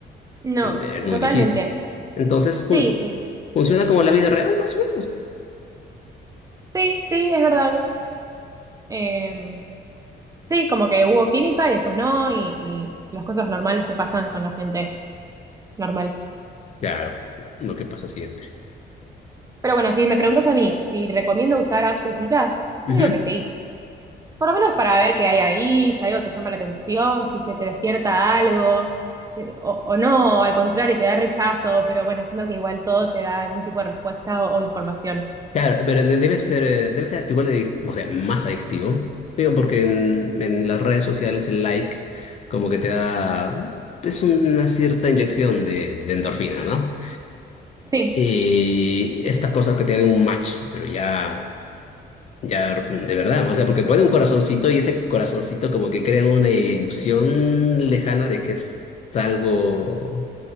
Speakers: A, on the right (about 20°); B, on the left (about 40°).
A: No,
B: Es, es muy
A: totalmente.
B: difícil. Entonces,
A: Sí,
B: fun-
A: sí,
B: funciona como la vida real, más o menos.
A: sí, sí, es verdad. Eh, sí, como que hubo química y después no, y, y las cosas normales que pasan con la gente normal.
B: Claro, lo que pasa siempre.
A: Pero bueno, si me preguntas a mí si recomiendo usar apps de citas,
B: Ujú.
A: yo digo que sí. Por lo menos para ver qué hay ahí, si algo te llama la atención, si se te despierta algo, eh, o, o no, o al contrario, te da rechazo, pero bueno, siento que igual todo te da algún tipo de respuesta o, o información.
B: Claro, pero de- debe ser, eh, debe ser igual de, adic- o sea, más adictivo. Digo, porque en, en las redes sociales el like como que te da, es una cierta inyección de, de endorfina, ¿no?
A: Sí.
B: Y esta cosa que te da un match, pero ya, ya de verdad, o sea, porque pone un corazoncito y ese corazoncito como que crea una ilusión lejana de que es algo